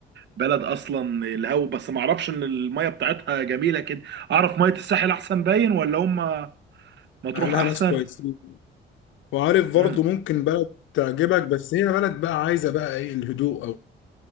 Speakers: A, on the right; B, on the left.
A: بلد اصلا الهو بس ما اعرفش ان الميه بتاعتها جميله كده اعرف ميه الساحل احسن باين ولا هم مطروح
B: اهلها
A: احسن
B: ناس كويسين وعارف برضه
A: امم
B: ممكن بلد تعجبك بس هي بلد بقى عايزه بقى ايه الهدوء او